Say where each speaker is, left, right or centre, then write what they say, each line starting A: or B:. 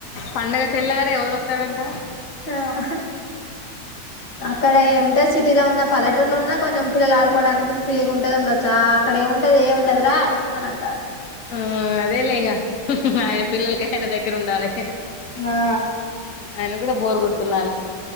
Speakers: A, on the left (about 50°); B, on the left (about 85°).
A: పండగ తెల్లార ఎవరు వస్తారంట
B: ఆ ఆహా అక్కడ ఎండేస్ సిటీలో ఉన్న పల్లెటూర్లో ఉన్న కొంచం పిల్లలు ఆడుకోవడానికి ఫ్రీగా ఉంటుది ఉండొచ్చు అక్కడ ఎం ఉంటది ఎం ఉండదు రా వస్తానంటాడు
A: ఆ అదేలే ఇకా అయినా పిల్లలకి ఆయన దగ్గర ఉండాలి
B: ఆ
A: ఆయన కూడా బోర్ కొడుతుండాలి